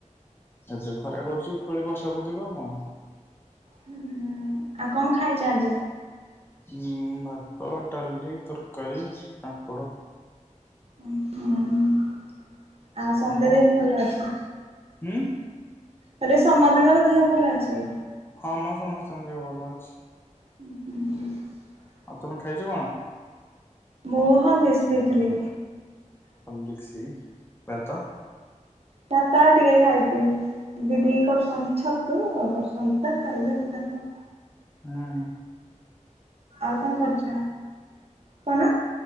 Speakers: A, on the left; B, on the right.
A: ଏବେ ଖରା କରୁଛିୁ ପୁଣି ବର୍ଷା ପକ ଯିବା କୁହ।
B: ହୁଁ ହୁଁ। ଆଉ କଣ ଖାଇଛ ଆଜି।
A: ଉ ଭାତ ଡାଲି ତରକାରୀ ପାମ୍ପୋଡ଼।
B: ହୁଁ। ହୁଁ ଆଉ ସନ୍ଧ୍ୟା
A: କଣ
B: ଟେ ଭଲ ଅଛି।
A: ହୁଁ।
B: ହେଲେ ସମସ୍ତ ଦେହ ଭଲ ଅଛି।
A: କାମ ସମସ୍ତଙ୍କ ଭଲ ଅଛି।
B: <unintelligible>
A: ଆଉ ତମେ ଖାଇଛ କଣ।
B: ମୁ ହଲିସ୍କ ପି ଥିଲି।
A: ହଲିସ୍କ। ଭାତ।
B: ନା ତା ଟିକେ ଖାଇବି ଦିଦି କରୁଛନ୍ତି ଛତୁ ଆଉ କରୁଛନ୍ତି ତା ଖାଇବେ ଭାତ।
A: ହଁ।
B: ଆଉ କଣ କରୁଛ। କନ।